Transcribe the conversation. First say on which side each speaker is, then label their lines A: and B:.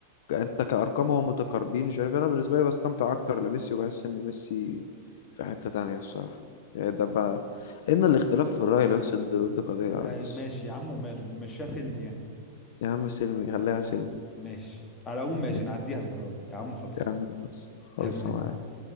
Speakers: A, on the left; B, on the left.
A: ك- انت كارقام هو متقاربين مش عارف انا بالنسبه لي بستمتع اكتر لميسي وبحس ان ميسي في حته تانية الصراحه يعني ده بقى ان الاختلاف في الراي لا يفسد للود قضيه يا
B: ايوه
A: ريس
B: ماشي يا عم وماله نمشيها سلم يعني
A: يا عم سلمي خليها سلمي
B: ماشي على العموم ماشي
A: يا
B: نعديها المرة دي يا عم خلص
A: عم خلاص خلص
B: تمام
A: معاك